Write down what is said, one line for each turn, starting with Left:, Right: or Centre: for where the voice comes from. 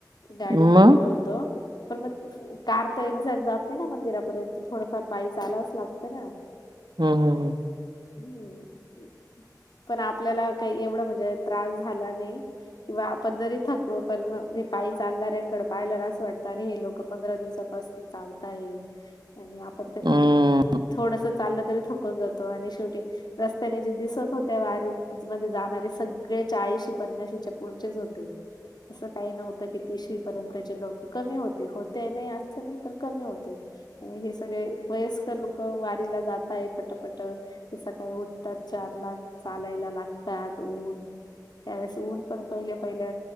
Left: गाडीने
Right: मग?
Left: गेलो होतो, पण मग कार तर एक्झॅक्ट जात नाही, ना मंदिरापर्यंत थोडंफार पायी चालाच लागतं, ना.
Right: हम्म - हम्म -हम्म.
Left: हम्म. पण आपल्याला काही एवढं म्हणजे, त्रास झाला नाही. किंवा आपण जरी थकलो, पण हे पाई चालणार आहेकड पायला असं वाटत, हे लोक पंधरा दिवसापास चालत आहे, आणि आपण तरी
Right: हम्म,
Left: थोडस चाललं तरी थोकत जातो, आणि शेवटी रस्त्याने जे दिसत होत्या, वारीत मध्ये जाणारे सगळे, चाळीशी पन्नाशीच्या पुढचेच होते. असं काही नव्हतं, की तिशी पर्यंतचे लोक कमी होते, हो ते नाही असं नाही पण कमी होते. आणि हे सगळे वयस्कर लोक वारीला, जातय पटपट ते सकाळी उठतात चार ला, चालायला लागतात, ऊन त्यावेळेस ऊन पण पहिल्या -पहिल्या